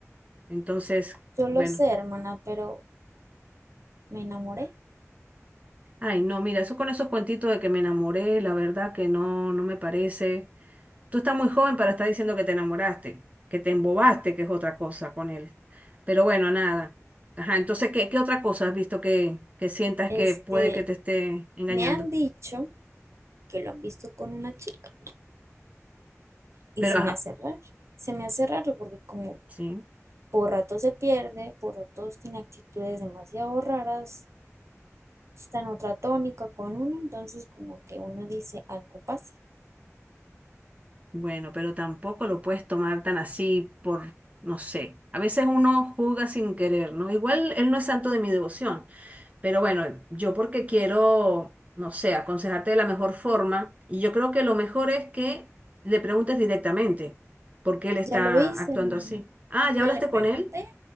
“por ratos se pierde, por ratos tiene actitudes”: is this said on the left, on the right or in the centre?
Right